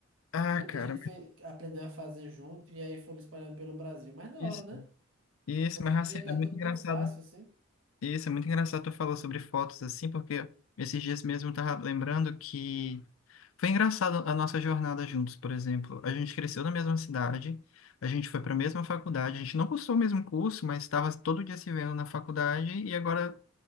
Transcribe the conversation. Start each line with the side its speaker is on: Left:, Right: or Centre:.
Left: Ah,
Right: muita
Left: cara,
Right: gente
Left: mas-
Right: fez, aprendeu a fazer junto e aí foram espalhando pelo Brasil. Mas na
Left: isso,
Right: hora, né?
Left: isso,
Right: Hoje
Left: mas
Right: em
Left: assim,
Right: dia tá
Left: é muito
Right: tudo
Left: engraçado.
Right: tão fácil assim.
Left: Isso, é muito engraçado tu falou sobre fotos assim, porque esses dias mesmo eu tava lembrando que Foi engraçado a nossa jornada juntos, por exemplo. A gente cresceu na mesma cidade, a gente foi para a mesma faculdade, a gente não cursou o mesmo curso, mas estava todo dia se vendo na faculdade e agora